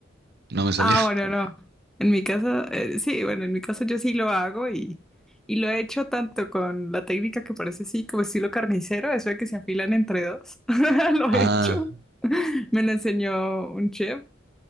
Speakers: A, on the right; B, in the centre.
A: no me salió.
B: Ah,
A: <laughs>
B: bueno, no. En mi casa, eh, sí, bueno, en mi caso yo sí lo hago y, y lo he hecho tanto con la técnica que parece así como estilo carnicero, eso de que se afilan entre dos. <laughs> Lo
A: Ah,
B: he hecho. <laughs> Me lo enseñó un chef